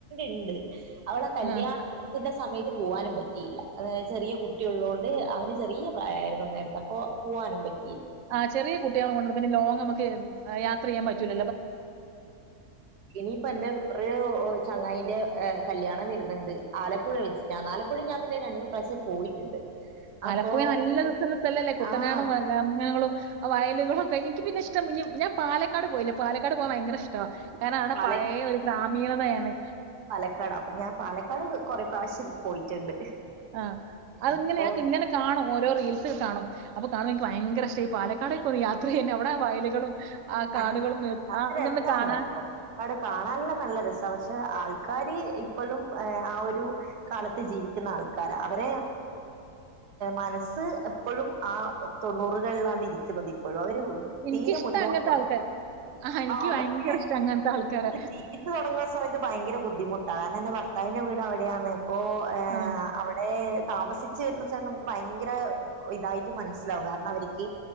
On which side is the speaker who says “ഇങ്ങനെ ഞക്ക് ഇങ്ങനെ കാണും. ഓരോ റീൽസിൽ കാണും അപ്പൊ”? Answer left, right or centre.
Right